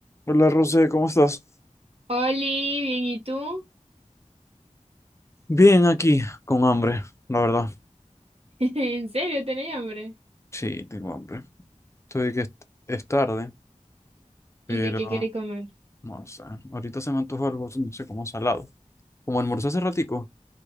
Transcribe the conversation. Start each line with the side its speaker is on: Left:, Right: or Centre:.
Left: Hola, Rosé, ¿cómo estás?
Right: Oli, bien, ¿y tú?
Left: Bien aquí, con hambre, la verdad.
Right: <laughs> ¿En serio tenés hambre?
Left: Sí, tengo hambre. Estoy que es, es tarde, pero
Right: ¿Y de qué querés comer?
Left: no sé. Ahorita se me antoja algo, no sé, como salado. Como almorcé hace ratico,